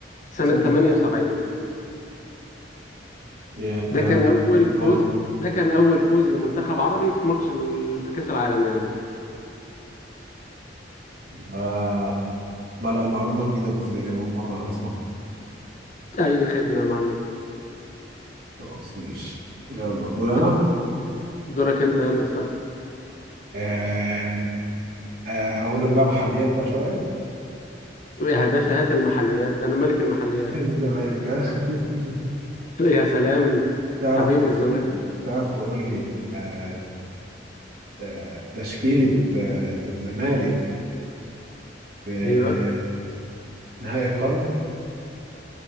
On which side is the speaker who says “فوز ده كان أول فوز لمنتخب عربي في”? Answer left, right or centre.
Left